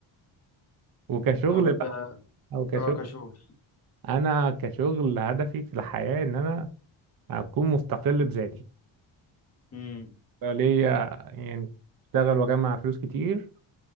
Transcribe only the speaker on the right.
وكشغل
بقى او كشغل
انا كشغل هدفي في الحياه ان انا اكون مستقل بذاتي
ليا يعني اشتغل واجمع فلوس كتير